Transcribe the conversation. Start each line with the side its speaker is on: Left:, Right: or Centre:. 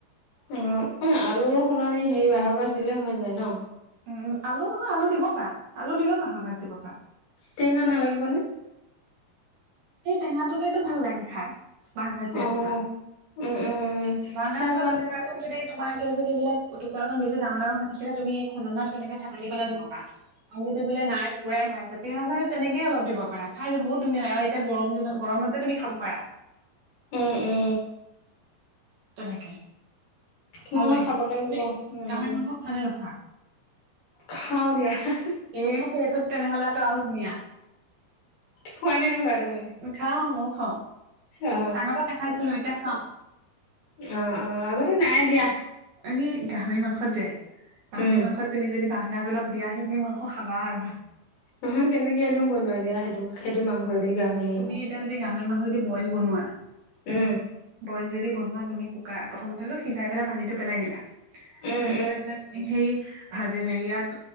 Left: উম। অ', আলুৰ সলনি হেৰি বাঁহৰ গাজ দিলেই হৈ যায় ন।
Right: উম, আলু নহয়, আলু দিব পাৰা, আলু দিলেও বাঁহৰ গাজ দিব পাৰা।
Left: টেঙা নালাগিব নে?
Right: সেই টেঙাটোতেইতটো ভাল লাগে খাই, বাহৰ গাজ দিয়াৰ
Left: অ
Right: পিছত।
Left: উম উম
Right: বাঁহ গাজৰ
Left: খাই পোৱা
Right: টুকুৰা
Left: নাই যে
Right: যদি এইবিলাক টুকুৰাকন বেছি ডাঙৰ ডাঙৰ হৈ থাকিলে, খুনাত তেনেকে থাকি পেলাই দিব পাৰা। আৰু যদি বোলে নাই, টুকুৰাই হৈ আছে, তেতিয়াহ'লে তেনেকেই অলপ দিব পাৰা, খাই বহুত ধুনীয়া লাগে আৰু এতিয়া গৰম দিনত, গৰমত যে তুমি খাব পাৰা।
Left: এ এ।
Right: তেনেকে।
Left: মই
Right: ভাল লাগে,
Left: খাব লাগিব
Right: তুমি
Left: উম
Right: গাহৰি মাংস খোৱা নে নোখোৱা?
Left: খাওঁ দিয়া, হা হা।
Right: এই সেইটোত তেনেহ'লেতো আৰু ধুনীয়া।
Left: খোৱা নে নোখোৱা তুমি?
Right: খাওঁ ময়ো খাওঁ,
Left: অ
Right: আগতে নাখাইছিলোঁ এতিয়া খাওঁ।
Left: উম উম, আগতে নাই দিয়া।
Right: এই গাহৰি মাংসত যে, গাহৰি
Left: উম
Right: মাংসত তুমি যদি বাঁহগাজ অলপ দিয়া, সেইখিনি মাংস খাবা আৰু।
Left: ওহো, কেনেকেনো বনোৱাই দিয়া সেইটো, সেইটো মাংস দি গাহৰি।
Right: তুমি এতিয়া গাহৰি মাংস যদি বইল বনোৱা
Left: উম।
Right: বইল যদি বনোৱা, তুমি কুকাৰ, প্ৰথমতেতো সিজাই পেলাই পানীটো পেলাই দিলা।
Left: উম
Right: দি লৈ পেলাই তুমি সেই, ভাজি, হেৰিয়াত